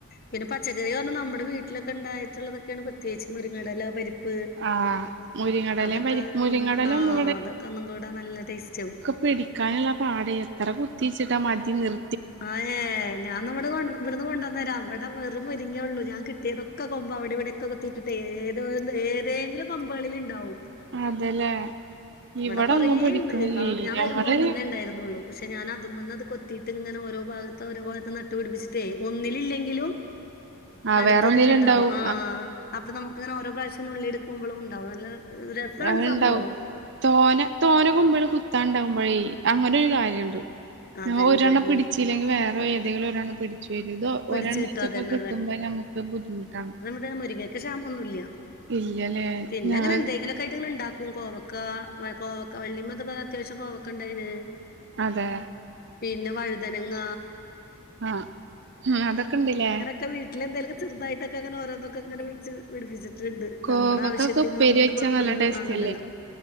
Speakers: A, on the left; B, on the right.
A: പിന്നെ പച്ചക്കറി പറഞ്ഞാ നമ്മടെ വീ ട്ടിലൊക്കെ ഇണ്ടായിട്ട്ള്ളതൊക്കെയാണ് പ്രത്യേയിച്ച് മുരിങ്ങേടല പരി പ്പ്
B: ആഹ് മുരിങ്ങടലയും
A: അതൊക്കെ
B: പരി മുരിങ്ങടല
A: ആഹ്
B: ഒന്നും
A: അതൊക്കെ ഒന്നും കൂടെ നല്ല ടേസ്റ്റാവും.
B: പിടിക്കാന്ള്ള പാടേ എത്ര കുത്തിച്ചിട്ടാ മതി നിർ
A: ആഹ് ഏഹ് ഞാന്നാ ഇവിടന്ന് കൊ ഇവട്ന്ന് കൊണ്ടെന്നരാം ഇവടെ വെറും മുരിങ്ങേ ഒള്ളൂ ഞാൻ കി ട്ട്യേതൊക്കെ കൊമ്പ് അവിടെ ഇവിടെയൊക്കെ കുത്തിയിട്ടിട്ടേ ഏതോ ഏതെങ്കിലും കൊമ്പേളില് ഇണ്ടാവും.
B: അതല്ലേ
A: ഇവടെ
B: ഇവിടെ
A: കൊറേയിണ്ട്
B: ഒന്നും പിടിക്കണില്ലേ
A: ആഹ് ഞാൻ
B: ഞങ്ങള്
A: വരുമ്പോ ഒന്നേണ്ടായിര്ന്നോള്ളു പക്ഷെ ക്ഷേ ഞാനത് മ്മന്ന് അത് കൊത്തിയിട്ട് ഇങ്ങനെ ഓരോ ഭാഗത്ത് ഓരോ ഭാഗത്ത് നട്ടുപടിപ്പിച്ചിട്ടേ ഒന്നില്ലെങ്കിലും
B: ആഹ്
A: അട്ത്തതില്
B: വേറെ ഒന്നിലും
A: ഇണ്ടാവും
B: ഉണ്ടാവും
A: ആഹ് അപ്പൊ നമ്മുക്കിങ്ങനെ ഓരോ പ്രാവശ്യം നുള്ളിട്ക്കുമ്പളും ഇണ്ടാവും നല്ല രസാണ്
B: അത്ണ്ടാവും
A: സംഭവം.
B: തോനേ തോനേ കൊമ്പേള് കുത്താണ്ടാവുമ്പഴേ അങ്ങനോരു കാര്യണ്ട്.
A: അതന്നെ
B: ഒരെണ്ണം
A: അതന്നെ
B: പിടിച്ചില്ലെങ്കി വേറെ ഏതെങ്കിലും ഒരെണ്ണം പിടി ച്ചുവരും ഇത്
A: പിടിച്ച്
B: ഒരെണ്ണച്ചൊക്കെ
A: കിട്ടും അതന്നെ
B: കിട്ടുമ്പോ നമുക്ക് ബുദ്ധിമുട്ടാണ്.
A: വിടെ മുരിങ്ങക്ക് ക്ഷാമൊന്നു ഇല്ല്യ
B: ഇല്ലല്ലേ
A: പിന്നെങ്ങനെ
B: ഞങ്ങൾ
A: എന്തെങ്കിലോ ക്കായിറ്റ് ഇണ്ടാക്കും കോവക്കാ കോവക്ക വള്ളിമ്മേതാപ്പ അത്യാവശ്യം കോവക്ക ഇണ്ടായ്ന്.
B: അതെ
A: പിന്നെ വഴുതനങ്ങ
B: ആഹ് ഉം അതൊക്കെ ഇണ്ട്ല്ലേ?
A: ഒക്ക വീട്ടിൽന്തെലു ഒക്കെ ചെറുതായിട്ടെക്കെ അങ്ങനെ ഓരോന്നൊക്കെ പിടിച്ച് പിടിപ്പിച്ചി ണ്ട്
B: കോവക്കൊക്കെ
A: നമ്മുടെ ആവശ്യത്തിന്
B: ഉപ്പേരി
A: നമ്മുക്ക്
B: വെച്ചാ
A: പൊറത്തൂന്ന്
B: നല്ല ടേസ്റ്റ്
A: വാങ്ങണ്ടല്ലോ.